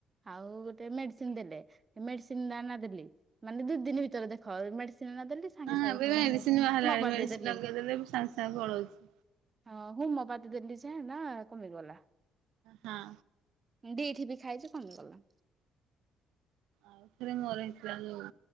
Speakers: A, on the right (about 35°); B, on the right (about 70°).
A: ଆଉ ଗୋଟେ ମେଡିସିନ ଦେଲେ ହେ ମେଡିସ ତିନଟା ଆଣିକିନା ଦେଲି ମାନେ ଦି ଦିନି ଭିତରେ ଦେଖ ଏଇ ମେଡିସିନଟା ଦେଲି। ସାଙ୍ଗେ
B: ହଁ
A: ସାଙ୍ଗେ
B: ଏବେ
A: ଫୁଣି
B: ମେଡିସିନ
A: ହେମୋପାତି
B: ବାହାରିଲାଣି ମେଡିସିନ
A: ଦେଲି।
B: ଲଗେଇଦେଲେ ସାଙ୍ଗେ ସାଙ୍ଗେ ପଳଉଛି।
A: ହଁ ହୁମପାତି ଦେଲି ଯେ ହେଟା କମିଗଲା।
B: ହଁ।
A: ଦି ଠିପି ଖାଇଚି କମିଗଲା।
B: ଆଉ ଥରେ ମୋର ହେଇଥିଲା ଯୋଉ